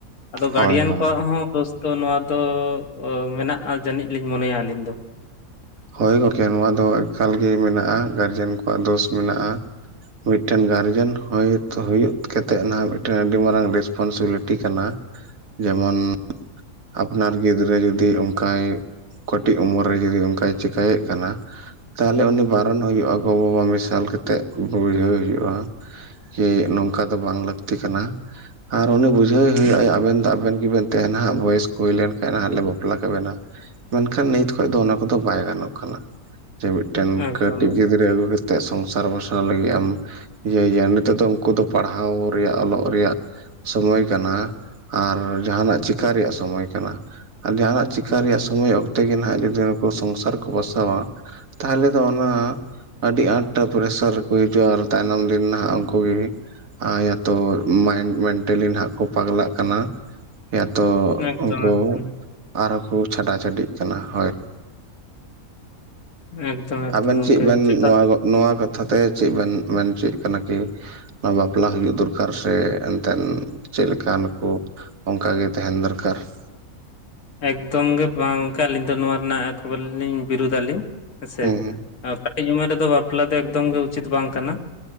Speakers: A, on the left; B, on the right.
A: ᱟᱫᱚ
B: ᱦᱳᱭ
A: ᱜᱟᱨᱰᱤᱭᱟᱱ
B: ᱦᱳᱭ
A: ᱠᱚᱣᱟᱜ ᱦᱚᱸ ᱫᱚᱥ ᱛᱚ ᱱᱚᱣᱟ ᱫᱚ ᱢᱮᱱᱟᱜᱼᱟ ᱡᱟᱹᱱᱤᱡ ᱞᱤᱧ ᱢᱚᱱᱮᱭᱟ ᱟᱹᱞᱤᱧ ᱫᱚ ᱾
B: ᱦᱳᱭ ᱜᱚᱝᱠᱮ ᱱᱚᱣᱟ ᱫᱚ ᱮᱠᱟᱞ ᱜᱮ ᱢᱮᱱᱟᱜᱼᱟ ᱜᱟᱨᱡᱮᱱ ᱠᱚᱣᱟᱜ ᱫᱳᱥ ᱢᱮᱱᱟᱜᱼᱟ ᱾ ᱢᱤᱫᱴᱮᱱ ᱜᱟᱨᱡᱮᱱ ᱦᱚᱭ ᱛᱚ ᱦᱩᱭᱩᱜ ᱠᱟᱛᱮᱫ ᱱᱷᱟᱜ ᱢᱤᱫᱴᱮᱱ ᱟᱹᱰᱤ ᱢᱟᱨᱟᱝ ᱨᱮᱥᱯᱚᱱᱥᱤᱵᱤᱞᱤ ᱴᱤ ᱠᱟᱱᱟ ᱡᱮᱢᱚᱱ ᱟᱯᱱᱟᱨ ᱜᱤᱫᱽᱨᱟᱹ ᱡᱩᱫᱤ ᱚᱱᱠᱟᱭ ᱠᱟᱹᱴᱤᱡ ᱩᱢᱮᱨ ᱨᱮ ᱡᱩᱫᱤ ᱚᱱᱠᱟᱭ ᱪᱮᱤᱠᱟᱹᱭᱮᱫ ᱠᱟᱱᱟ ᱛᱟᱦᱚᱞᱮ ᱩᱱᱤ ᱵᱟᱨᱚᱱ ᱦᱩᱭᱩᱜᱼᱟ ᱜᱚ ᱼᱵᱟᱵᱟ ᱢᱮᱥᱟᱞ ᱠᱟᱛᱮᱜ ᱵᱩᱡᱷᱟᱹᱣ ᱦᱩᱭᱩᱜᱼᱟ ᱾ ᱡᱮ ᱱᱚᱝᱠᱟ ᱫᱚ ᱵᱟᱝ ᱞᱟᱹᱠᱛᱤ ᱠᱟᱱᱟ ᱾ ᱟᱨ ᱩᱱᱤ ᱵᱩᱡᱷᱟᱹᱣ ᱮ ᱦᱩᱭᱩᱜᱼᱟ ᱟᱵᱮᱱ ᱫᱚ ᱟᱵᱮᱱ ᱜᱮᱵᱮᱱ ᱛᱟᱦᱮᱱᱟ ᱦᱟᱸᱜ ᱵᱚᱭᱮᱥ ᱦᱩᱭ ᱞᱮᱱ ᱠᱷᱟᱱ ᱱᱷᱟᱜ ᱞᱮ ᱵᱟᱯᱞᱟ ᱠᱟᱵᱮᱱᱟ ᱾ ᱢᱮᱱᱠᱷᱟᱱ ᱱᱤᱛ ᱠᱷᱚᱱ ᱫᱚ ᱚᱱᱟ ᱠᱚᱫᱚ ᱵᱟᱭ ᱜᱟᱱᱚᱜ ᱠᱟᱱᱟ ᱡᱮ ᱢᱤᱫᱴᱮᱱ
A: ᱮᱠᱫᱚᱢ
B: ᱠᱟᱹᱴᱤᱡ ᱜᱤᱫᱽᱨᱟᱹ ᱟᱹᱜᱩ ᱠᱟᱹ ᱛᱮ ᱥᱚᱝᱥᱟᱨ ᱵᱷᱟᱥᱟᱣ ᱞᱟᱹᱜᱤᱫ ᱮᱢ ᱤᱭᱟᱹᱭᱟ ᱱᱤᱛᱚᱜ ᱫᱚ ᱩᱱᱠᱩ ᱫᱚ ᱯᱟᱲᱦᱟᱣ ᱨᱮᱭᱟᱜ ᱚᱞᱚᱜ ᱨᱮᱭᱟᱜ ᱥᱚᱢᱚᱭ ᱠᱟᱱᱟ ᱟᱨ ᱡᱟᱦᱟᱸᱱᱟᱜ ᱪᱮᱠᱟ ᱨᱮᱭᱟᱜ ᱥᱚ ᱥᱚᱢᱚᱭ ᱠᱟᱱᱟ ᱟᱨ ᱡᱟᱦᱟᱸᱱᱟᱜ ᱪᱤᱠᱟᱹ ᱨᱮᱭᱟᱜ ᱥᱚᱢᱚᱭ ᱚᱠᱛᱮ ᱜᱮ ᱱᱷᱟᱜ ᱡᱩᱫᱤ ᱱᱩᱠᱩ ᱥᱚᱝᱥᱟᱨ ᱠᱚ ᱵᱟᱥᱟᱣᱟ ᱛᱟᱦᱚᱞᱮ ᱫᱚ ᱚᱱᱟ ᱟᱹᱰᱤ ᱟᱸᱴ ᱯᱨᱮᱥᱟᱨ ᱦᱩᱭ ᱦᱚᱪᱚ ᱟᱨ ᱛᱟᱭᱱᱚᱢ ᱫᱤᱱ ᱞᱮᱱ ᱱᱷᱟᱜ ᱩᱱᱠᱩ ᱜᱮ ᱭᱟᱛᱚ ᱢᱟᱭᱤᱱᱰ ᱢᱮᱱᱴᱟᱞᱤ ᱱᱷᱟᱜ ᱠᱚ ᱯᱟᱜᱽᱞᱟᱜ ᱠᱟᱱᱟ ᱭᱟᱛᱚ
A: ᱮᱠᱫᱚᱢ
B: ᱩᱱᱠᱩ
A: ᱮᱠᱫᱚᱢ
B: ᱟᱨᱦᱚᱸ ᱠᱚ ᱪᱷᱟᱰᱟᱼ ᱪᱷᱟᱹᱰᱤᱜ ᱠᱟᱱᱟ ᱦᱳᱭ ᱾
A: ᱮᱠᱫᱚᱢ ᱮᱠᱫᱚᱢ
B: ᱟᱵᱮᱱ
A: ᱜᱚᱢᱠᱮ
B: ᱪᱮᱫ ᱵᱮᱱ
A: ᱪᱮᱛᱟᱛ
B: ᱱᱚᱣᱟ ᱱᱚᱣᱟ ᱠᱟᱛᱷᱟ ᱛᱮ ᱪᱮᱫ ᱵᱮᱱ ᱢᱮᱱ ᱦᱚᱪᱚᱭᱮᱫ ᱠᱟᱱᱟ ᱠᱤ ᱱᱚᱣᱟ ᱵᱟᱯᱞᱟ ᱦᱩᱭᱩᱜ ᱫᱚᱨᱠᱟᱨ ᱥᱮ ᱮᱱᱛᱮᱱ ᱪᱮᱫ ᱞᱮᱠᱟᱱ ᱱᱩᱠᱩ ᱚᱱᱠᱟ ᱜᱮ ᱛᱟᱦᱮᱱ ᱫᱚᱨᱠᱟᱨ ᱾
A: ᱮᱠᱫᱚᱢ ᱜᱮ ᱵᱟᱝ ᱜᱚᱢᱠᱮ ᱟᱹᱞᱤᱧ ᱫᱚ ᱱᱚᱣᱟ ᱨᱮᱱᱟᱜ ᱮᱠᱵᱟᱨᱮ ᱞᱤᱧ ᱵᱤᱨᱩᱫᱟᱞᱤᱧ ᱦᱮᱸᱥᱮ
B: ᱦᱩᱸ
A: ᱾ ᱠᱟᱹᱴᱤᱡ ᱩᱢᱮᱨ ᱨᱮᱫᱚ ᱵᱟᱯᱞᱟ ᱫᱚ ᱮᱠᱫᱚᱢ ᱜᱮ ᱩᱪᱤᱛ ᱵᱟᱝ ᱠᱟᱱᱟ ᱾